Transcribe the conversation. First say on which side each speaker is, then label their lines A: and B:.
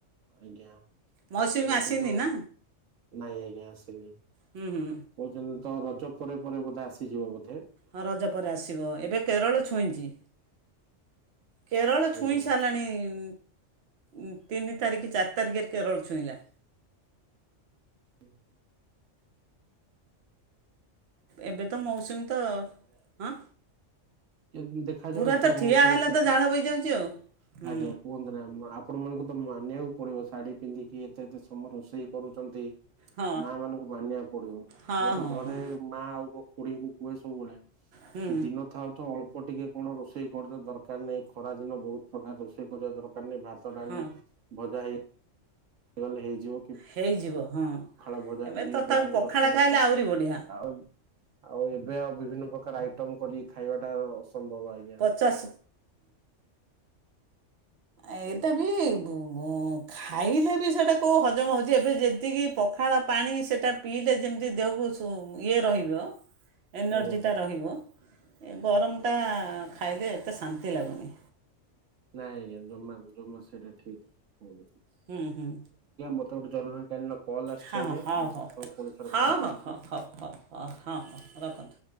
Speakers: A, on the right (about 80°); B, on the right (about 60°).
A: ଆଜ୍ଞା
B: ମୌସୁମୀ
A: ଏବେ
B: ଆସିନି
A: ତ ଯୋଉ
B: ନା
A: ନାଇଁ ଆଜ୍ଞା ଆସିନି
B: ହୁଁ ହୁଁ
A: କହୁଛନ୍ତି ତ ରଜ ପ ପରେ ପରେ ବୋଧେ ଆସିଯିବ ବୋଧେ
B: ହଁ ରଜ ପରେ ଆସିବ ଏବେ କେରଳ ଛୁଇଁଛି କେରଳ
A: ଆଜ୍ଞା।
B: ଛୁଇଁ ସାରିଲାଣି ଇଁ ଉଁ ତିନି ତାରିଖ ଚାରି ତାରିଖରେ କେରଳ ଛୁଇଁଲା।
A: ହୁଁ।
B: ଏବେ ତ ମୌସୁମୀ ତ ହଁ
A: କେମ ଦେଖାଯାଉ
B: ପୁରା
A: ଏଥର
B: ତ ଠିଆ
A: ମୌସୁମୀ
B: ହେଲେ
A: କେ
B: ତ ଝାଳ ବୋହିଯାଉଛି ଆଉ ହୁଁ
A: ଆଜ୍ଞା କୁହନ୍ତୁ ନା ଆପଣ ମାନଙ୍କ ତ ମା ନିବାକୁ ପଡିବ ଶାଢୀ ପିନ୍ଧିକି ଏତେ ଏତେ ସ ତମ ରୋଷେଇ କରୁଛନ୍ତି
B: ହଁ
A: ମା ମାନଙ୍କୁ ମାନିବାକୁ ପଡିବ
B: ହଁ
A: ମୁଁ ତ
B: ହଁ
A: ଘରେ
B: ହଁ
A: ମା ଆଉ ଖୁଢ଼ୀଙ୍କୁ କୁହେ ସବୁବେଳେ
B: ହୁଁ
A: କି ଦିନ ଥାଉ ଅଳ୍ପ ଟିକେ କଣ ରୋଷେଇ କରିବା ଦରକାର ନାହିଁ ଖରା ଦିନ ବହୁତ ପ୍ରକାର ରୋଷେଇ କରିବା ଦରକ କାର ନାହିଁ ଭାତ ଡାଲି
B: ହଁ
A: ଭଜା ହେଇ ସେ ଗଲେ ହେଇଯିବ।
B: ହେଇଯିବ ହଁ
A: ପଖାଳ ଭଜା ଟିକେ
B: ଏବେ ତଥାପି
A: କି ଆଳୁ
B: ପଖାଳ
A: ଚଟକା ଟିକେ
B: ଖାଇଲେ ଆହୁରି ବଢ଼ିଆ।
A: ଆଉ ଆଉ ଏବେ ଆଉ ବିଭିନ୍ନ ପ୍ରକାର ଆଇଟମ କରି ଖାଇବାଟା ଅ ସମ୍ଭବ ଆଜ୍ଞା।
B: ପଚାଶ ଏଇତ
A: ଆଜ୍ଞା
B: ବି ଭୁ ଭୁ ଖାଇଲେ ବି ସେ ସେ କୋଉ ହଜମ ହଉଛି ଏବେ ଯେ ଏତିକି ପଖାଳ ପାଣି ସେଇଟା ପିଇଲେ ଯେମିତି ଦେହକୁ ସୁ ଇଏ ରହିବ। ଏନର୍ଜିଟା
A: ଆଜ୍ଞା
B: ରହିବ। ଏ ଗରମଟା ଖାଇଲେ ଏତେ ଶାନ୍ତି ଲାଗୁନି।
A: ନାଇଁ ଆଜ୍ଞା ଜମା ନୁହୁଁ। <unintelligible> ସେଇଟା ଠିକ ହଉ <unintelligible>
B: ହୁଁ ହୁଁ।
A: ମତେ ଗୋଟେ ଜରୁରୀ କାଳୀନ କଲ୍ ଆସିଛି
B: ହଁ
A: ଆଜ୍ଞା
B: ହଉ
A: ମୁଁ
B: ହଉ
A: ଆପଣଙ୍କୁ ପୁଣି ଥରେ
B: ହଉ
A: କଲ
B: ହଉ
A: କରୁଛି
B: ହଉ
A: ଆଜ୍ଞା।
B: ହଉ ହଉ ହଉ ହଁ ହଁ ରଖନ୍ତୁ